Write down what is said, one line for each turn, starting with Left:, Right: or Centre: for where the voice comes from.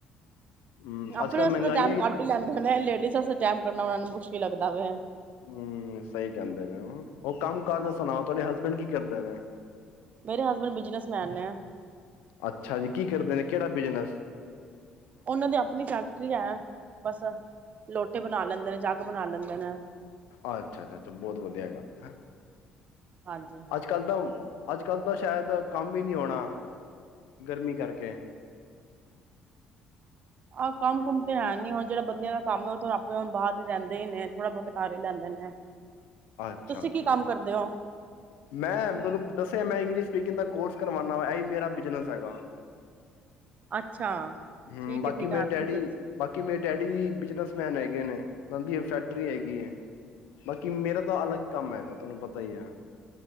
Left: ਹਮ
Right: ਆਪਣੇ
Left: ਅੱਜ ਕੱਲ
Right: ਆਸਤੇ
Left: ਮਹਿੰਗਾਈਆਂ
Right: ਤਾਂ ਟਾਈਮ ਕੱਢ ਈ ਲੈਂਦੇ ਨੇ ਲੇਡੀਸ ਆਸਤੇ ਟੈਮ ਕੱਢਨਾ ਔਨਾ ਨੂੰ ਮੁਸ਼ ਕੀ ਲੱਭਦਾ ਪਇਆ ਐ
Left: ਹੂ ਸਹੀ ਕਹਿੰਦੇ ਪਏ ਉਹ ਕੰਮ ਕਰ ਦਾ
Right: ਹਾਂਜੀ
Left: ਸੁਣਾਓ ਤੁਹਾਡੇ ਹਸਬੈਂਡ ਕੀ ਕੀ ਕਰਦੇ ਨੇ
Right: ਮੇਰੇ ਹਸਬੈਂਡ ਬਿਜਨਸਮੈਨ ਨੇ।
Left: ਅੱਛਾ ਜੀ ਕੀ ਕਰਦੇ ਨੇ ਕਿਹੜਾ ਬਿਜਨਸ
Right: ਉਹਨਾਂ ਦੀ ਆਪਣੀ ਫੈਕਟਰੀ ਹੈ ਬਸ ਲੋਟੇ ਬਣਾ ਲੈਂਦੇ ਨੇ ਜੱਗ ਬਣਾ ਲੈਂਦੇ <unintelligible>
Left: ਅੱਛਾ ਅੱਛਾ ਅੱਛਾ ਬਹੁਤ ਵਧੀਆ ਗੱਲ ਹੈ
Right: ਹਾਂਜੀ
Left: ਅੱਜ ਕੱਲ ਤਾਂ ਅੱਜ ਕੱਲ੍ਹ ਤਾਂ ਸ਼ਾਇਦ ਕੰਮ ਹੀ ਨਹੀਂ ਹੋਣਾ ਗਰਮੀ ਕਰਕੇ
Right: ਆਹ ਕੰਮ ਕੁੁੰਮ ਤੇ ਹੈ ਨੀ ਹੁਣ ਜਿਹੜਾ ਬੰਦ ਦਾ ਕੰਮ ਉਹ ਆਪੇ ਹੁਣ ਬਾਹਰ ਹੀ ਰਹਿੰਦੇ ਹੀ ਨੇ ਥੋੜਾ ਬਹੁਤ ਤੇ ਕਰ ਹੀ ਲੈਂਦੇ ਨੇ
Left: ਅੱਛਾ
Right: ਤੁਸੀਂ ਕੀ
Left: ਜੀ।
Right: ਕੰਮ ਕਰਦੇ ਹੋ
Left: ਮੈਂ ਤੁਹਾਨੂੰ ਦੱਸਿਆ ਮੈਂ ਇੰਗਲਿਸ਼ ਸਪੀਕਿੰਗ ਦਾ ਕੋਰਸ ਕਰਵਾਉਦਾ ਵਾ ਇਹੀ ਮੇਰਾ ਬਿਜਨਸ ਹੈਗਾ
Right: ਅੱਛਾ
Left: ਹੂ
Right: ਠੀਕ
Left: ਬਾਕੀ
Right: ਹੈ ਠੀਕ ਹੈ
Left: ਮੇਰੇ
Right: ਤੁਸੀਂ
Left: ਡੈਡੀ
Right: ਦੱਸ
Left: ਬਾਕੀ ਮੇਰੇ ਡੈਡੀ ਦੀ ਬਿਜਨਸਮੈਨ ਹੈ ਹੈਗੇ ਨੇ ਦੀ ਇਹ ਫੈਕਟਰੀ ਹੈਗੀ ਹੈ ਬਾਕੀ ਮੇਰਾ ਤਾਂ ਅਲੱਗ ਹੀ ਕੰਮ ਹੈਗਾ ਤੁਹਾਨੂੰ ਪਤਾ ਹੀ ਹੈ